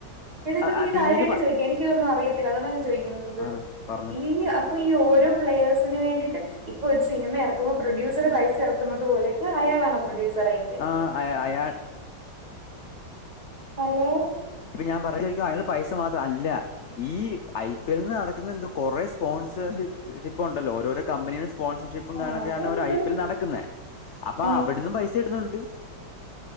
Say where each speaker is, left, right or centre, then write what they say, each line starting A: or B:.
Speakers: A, on the right (about 20°); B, on the left (about 65°).
A: എടാ ഇതൊക്കെ
B: ആ ആ
A: ഞാൻ
B: ടീമിലേക്ക്
A: കാര്യായിട്ട്
B: പ
A: ചോയിക്കാ എനിക്ക് ഇതൊന്നും അറിയത്തില്ല അതാണ്ടാ ഞാൻ ചോയിക്കുന്നത്
B: ആഹ് പറഞ്ഞു
A: ഈ അ പ്പ ഈ ഓരോ പ്ലഴേസ് ന് വേണ്ടിട്ട് ഇപ്പൊ ഒരു സിനിമ ഇറക്കുമ്പോ പ്രൊഡ്യൂസർ പൈസ ഇറക്കുന്നത് പോലേക്ക് അയാളണോ പ്രൊഡ്യൂസർ അയിന്
B: ആഹ് അയാ അയാൾ
A: ഹലോ
B: ഇപ്പൊ ഞാൻ പറഞ്ഞോരിക്കും അയാൾ പൈസ മാത്രം അല്ല ഈ ഐ പി എൽ നിന്ന് നടക്കുന്ന എന്താ കൊറെ സ്പോൺസേയ്സ് ഷിപ്പ് ഉണ്ടല്ലോ ഓരോരോ കമ്പനിയ്ടെ സ്പോൺസർഷിപ്പും
A: ആ
B: കാര്യങ്ങളൊക്കെയാണ്
A: അതുണ്ട്
B: ഒരു ഐ പി എൽ നടക്ക്ന്നേ അപ്പാ
A: ആ
B: അവട്ന്നും പൈസ ഇടുന്നുണ്ട്